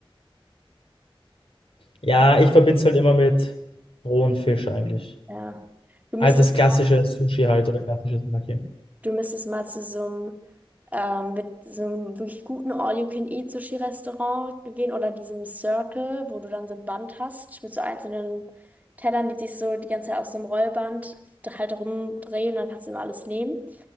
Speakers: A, on the left (about 75°); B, on the right (about 15°).
A: Ja, ich verbinde es halt immer mit rohen Fisch eigentlich.
B: Ja. Du müsstest,
A: Halt das klassische Sushi halt oder klassisches Maki.
B: Du müsstest mal zu so einem, ähm, mit so einem wirklich guten All-You-Can-Eat-Sushi-Restaurant gehen oder diesem Circle, wo du dann so ein Band hast mit so einzelnen Tellern, die sich so die ganze Zeit auf so einem Rollband halt rumdrehen, dann kannst du immer alles nehmen.